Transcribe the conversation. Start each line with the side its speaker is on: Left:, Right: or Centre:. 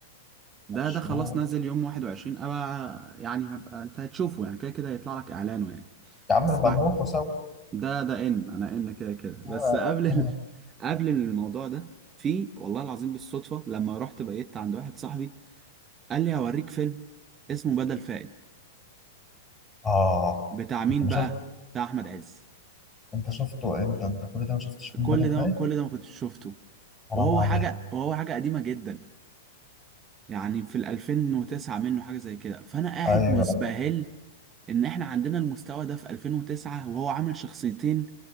Right: ده
Left: مشروع
Right: ده خلاص نازل يوم 21 ابقى يعني هبقى انت هتشوفه يعني كده كده هيطلع لك اعلانه يعني
Left: يا عم
Right: بس
Left: نبقى
Right: بعد
Left: نروحوا سوا
Right: ده ده ان انا ان كده كده
Left: اه
Right: بس قبل ال...
Left: آه.
Right: <laughs> قبل الموضوع ده في والله العظيم بالصدفة لما رحت بقيت عند واحد صاحبي قال لي هوريك فيلم اسمه بدل فائد
Left: آه.
Right: بتاع مين
Left: انت ما
Right: بقى
Left: شفت
Right: بتاع احمد عز
Left: انت شفته امتى انت كل ده ما شفتش فيلم
Right: كل
Left: بدل
Right: ده
Left: فايت
Right: كل ده ما كنتش شفته
Left: حرام
Right: وهو
Left: عليك
Right: حاجة وهو حاجة قديمة جدا يعني في ال 2009 منه حاجة زي كده فأنا قاعد
Left: ايوه
Right: مسبهل إن إحنا عندنا المستوى ده في 2009 وهو عامل شخصيتين